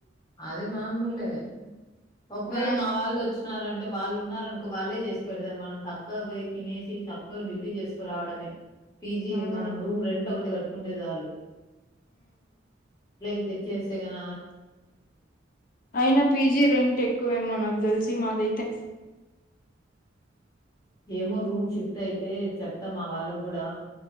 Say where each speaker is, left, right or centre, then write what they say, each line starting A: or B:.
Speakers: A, on the left; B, on the left.
A: అది మామూలే ఒకవేళ
B: ఆ
A: మా వాళ్ళు వచ్చినారంటే అంటే వాళ్ళు ఉన్నారనుకో వాళ్ళే చేసి పెడతారు మనం చక్కగా పో తినేసి చక్కగా డ్యూటీ చేసుకురావడమే పీజీ
B: ఆ, ఉమ్
A: మనం రూమ్ రెంట్ ఒకటి కట్టుకుంటే చాలు ఎట్లాయి తేచేస్తే కన
B: అయినా పీజీ రెంట్ ఎక్కువేమో నాకు తెలిసి మాదైతే
A: ఏమో రూమ్ షిఫ్ట్ అయితే చెప్తాం ఆ వాళ్ళకు కూడా